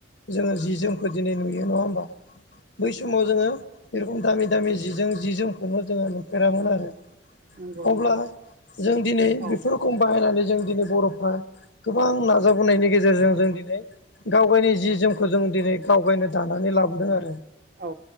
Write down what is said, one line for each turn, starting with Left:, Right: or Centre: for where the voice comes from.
Left: जोङो जि जोमखौ दिनै नुयो। नङा होमबा? बै समाव जोङो बे रखम दामि दामि जि जोम जि जोमखौनो जोङो नुफेरामोन आरो।
Right: नंगौ
Left: अब्ला
Right: नंगौ
Left: जों दिनै बेफोर
Right: औ
Left: खौ बाहायनानै जों दिनै बर'फ्रा गोबां नाजाबोनायनि गेजेरजों जों दिनै गाव गायनि जि जोमखौ जों दिनै गाव गायनो दानानै लाबोदों आरो।
Right: औ।